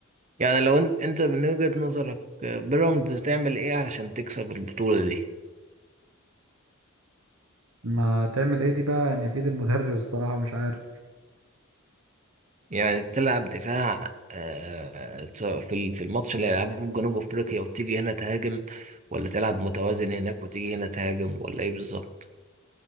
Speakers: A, on the right; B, on the right.
A: يعني لو أن- أنت من وجهة نظرك آه، بيراميدز تعمل إيه علشان تكسب البطولة دي؟
B: ما تعمل ايه دي بقى يعني في ايد المدرب الصراحة مش عارف
A: يعني تلعب دفاع آه، في ال- في الماتش اللي هيلعبه في جنوب افريقيا وتيجي هنا تهاجم ولا تلعب متوازن هناك وتيجي هنا تهاجم ولا ايه بالظبط